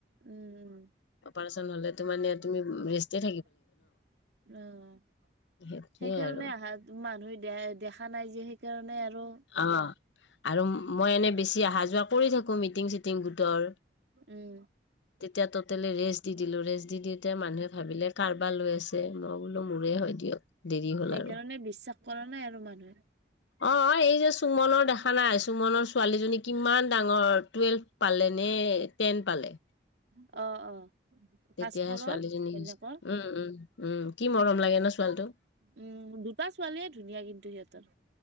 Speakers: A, on the right; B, on the left.
A: উম
B: অপাৰেশ্যন হ'লেতো মানে তুমি ৰেষ্টটে
A: উম, সেইকাৰণে
B: সেইটোয়ে আৰু
A: আহা মানুহে দে দেখা নাই যে সেইকাৰণে আৰু
B: অ আৰু মই এনে বেছি আহা যাৱা কৰি থাকোঁ মিটিং চিটিং গোটৰ।
A: উম
B: তেতিয়া টটেলি ৰেষ্ট দি দিলোঁ, ৰেষ্ট যিহেতু এতিয়া মানুহে ভাবিলে কাৰবা লৈ আহিছে মই বোলো মোৰে হয় দিয়ক। দেৰি হ'ল
A: সেইকাৰণে
B: আৰু
A: বিশ্বাস কৰা নাই আৰু মানুহে।
B: অ' এই যে সুমনৰ দেখা নাই সুমনৰ ছোৱালীজনী কিমান ডাঙৰ টুৱেল্ভ পালে নে টেন পালে।
A: অ' অ'।
B: তেতিয়াহে
A: ভাস্কৰৰ
B: ছোৱালীজনী
A: ঘৈণীয়েকৰ
B: নিছে। উম' উম' উম' কি মৰম লাগে ন ছোৱালীটো।
A: উম' দুটা ছোৱালীয়ে ধুনীয়া কিন্তু সিহঁতৰ তৰ।